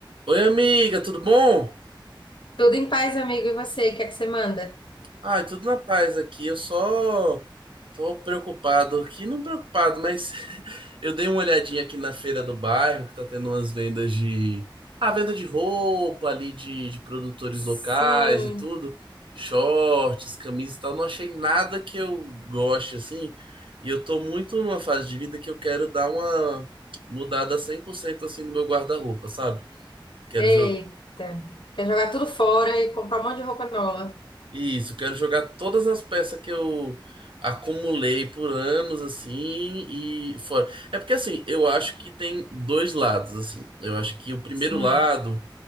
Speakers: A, on the right (about 75°); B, on the left (about 70°).
A: Oi, amiga, tudo bom?
B: Tudo em paz, amigo. E você, o que é que você manda?
A: Ai, tudo na paz aqui. Eu só tô preocupado aqui, não preocupado, mas <laughs> eu dei uma olhadinha aqui na feira do bairro, que tá tendo umas vendas de. Ah, venda de roupa ali, de, de produtores
B: Sim.
A: locais e tudo. Shorts, camisas e tal. Não achei nada que eu goste, assim. E eu tô muito numa fase de vida que eu quero dar uma mudada 100% assim no meu guarda-roupa, sabe? Quero
B: Eita.
A: jogar.
B: Quer jogar tudo fora e comprar um monte de roupa nova.
A: Isso, quero jogar todas as peças que eu acumulei por anos, assim, e fora. É porque, assim, eu acho que tem dois lados, assim. Eu acho que o primeiro
B: Sim.
A: lado